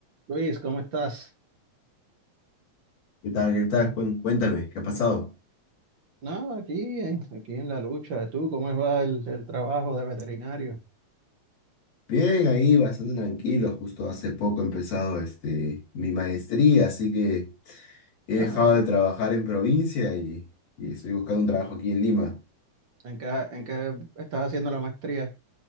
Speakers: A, on the right; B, on the left.
A: Luis, ¿cómo estás?
B: ¿Qué tal? ¿Qué tal, Juan? Cuéntame, ¿qué ha pasado?
A: No, aquí, eh, aquí en la lucha. ¿Tú cómo va el, el trabajo de veterinario?
B: Bien, ahí bastante tranquilo. Justo hace poco he empezado este, mi maestría, así que he
A: No,
B: dejado
A: wow.
B: de trabajar en provincia y, y estoy buscando un trabajo aquí en Lima,
A: ¿En qué, en qué estás haciendo la maestría?